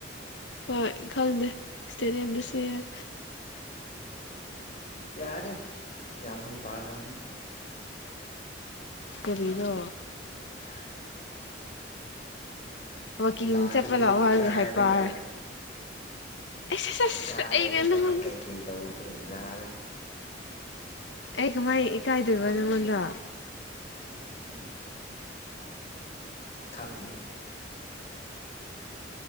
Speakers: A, on the left (about 70°); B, on the left (about 35°).
A: ꯍꯣꯏ ꯈꯪꯗꯦ ꯏꯁꯇꯦꯗꯤꯌꯝꯗꯁꯨ ꯌꯥꯏ
B: ꯌꯥꯔꯦ ꯌꯥꯝ ꯍꯩꯄꯥ ꯁꯥꯅꯨ
A: ꯀꯔꯤꯔꯣ
B: <inaudible>
A: ꯋꯥꯛꯀꯤꯡ
B: ꯂꯥꯛꯑꯒꯗꯤ
A: ꯆꯠꯄ ꯂꯥꯛꯑꯣ
B: ꯏꯀꯥꯏꯔꯒ
A: ꯍꯥꯏꯔꯒ ꯍꯥꯏꯄꯔ ꯑꯩꯁ ꯑꯁ ꯑꯁ
B: ꯏꯀꯥꯏꯔꯦꯒ
A: ꯑꯩꯅ ꯅꯪꯉꯣꯟꯗ
B: ꯀꯩ ꯀꯩ ꯇꯧꯕꯗꯣ ꯌꯥꯔꯦ
A: ꯑꯩ ꯀꯃꯥꯏ ꯏꯀꯥꯏꯗꯣꯢꯕ ꯅꯪꯉꯣꯟꯗ
B: ꯎꯝ ꯈꯪꯗꯦ